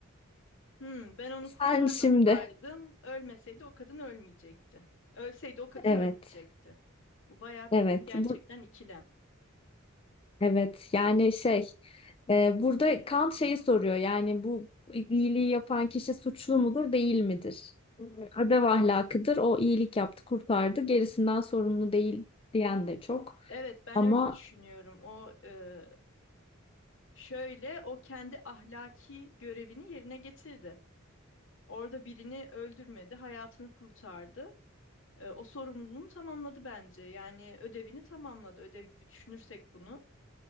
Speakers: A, on the left (about 65°); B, on the left (about 25°).
A: Hmm, ben onu kurtarmasaydım,
B: Sen şimdi,
A: ölmeseydi o kadın ölmeyecekti. Ölseydi o kadın
B: evet,
A: ölmeyecekti. Bu bayağı
B: evet,
A: bildiğin gerçekten
B: bu,
A: ikilem.
B: evet. Yani şey, e, burada Kant şeyi soruyor. Yani bu iyiliği yapan kişi suçlu mudur, değil midir? Adev ahlakıdır. O iyilik yaptı, kurtardı. Gerisinden sorumlu değil diyen de çok.
A: Evet, ben
B: Ama
A: öyle düşünüyorum. O e, şöyle, o kendi ahlaki görevini yerine getirdi. Orada birini öldürmedi, hayatını kurtardı. E, o sorumluluğunu tamamladı bence. Yani ödevini tamamladı. Ödev gibi düşünürsek bunu.